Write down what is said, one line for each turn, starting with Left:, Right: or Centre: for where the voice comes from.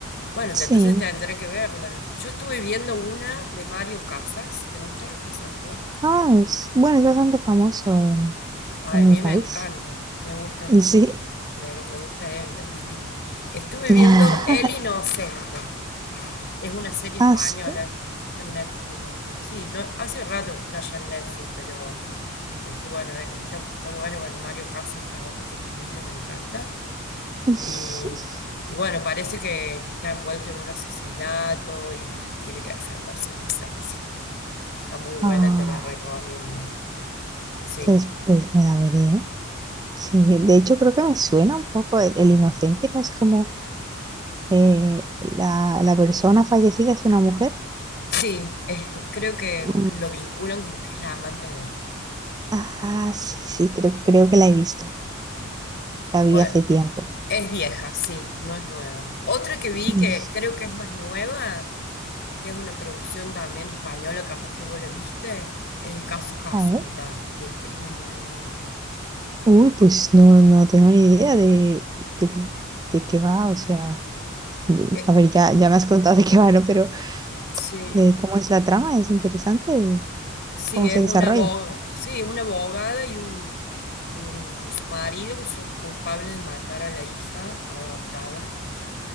Left: Bueno,
Right: Sí.
Left: te- entonces tendré que verla. Yo estuve viendo una de Mario Casas. ¿Te gusta ese actor?
Right: Ah, es- bueno, es bastante famoso en,
Left: Ay,
Right: en
Left: a
Right: mi
Left: mí
Right: país.
Left: me encanta. Me gustan,
Right: Sí.
Left: me, me gusta él, es divino. Estuve
Right: <laughs>
Left: viendo El Inocente. Es una serie
Right: Ah,
Left: española
Right: sí.
Left: que está en Netflix también. Sí, no, hace rato que está ya en Netflix, pero este, bueno, eh, está, está bueno. Bueno, Mario Casas trabaja, que es divino, me encanta.
Right: <laughs>
Left: Y, y bueno, parece que, que está envuelto en un asesinato y tiene que defenderse una ausencia. Está muy buena,
Right: Ah,
Left: te la recomiendo. Sí.
Right: pues, pues me la veré. Sí, de hecho creo que me suena un poco el, el inocente, ¿no? Es como eh, la, la persona fallecida es una mujer.
Left: Sí, es creo que
Right: Mm,
Left: lo vinculan como que es la amante de él.
Right: Ajá, sí, sí, creo, creo que la he visto. La vi
Left: Bueno,
Right: hace tiempo.
Left: es vieja, sí, no es nueva. Otra que vi
Right: Mm,
Left: que creo que es más nueva, que es una producción también española, capaz que vos la viste, es el caso Jasunta,
Right: A ver.
Left: del crimen de una niña.
Right: Uy, pues no, no tengo ni idea de, de, de qué va, o sea, de-
Left: Eh,
Right: a ver, ya, ya me has contado de qué va, ¿no? Pero
Left: sí.
Right: de cómo es la trama, es interesante,
Left: Sí,
Right: cómo
Left: es
Right: se desarrolla.
Left: una abogada, sí, una abogada y un, y un- y su marido que son culpables de matar a la hija adoptada.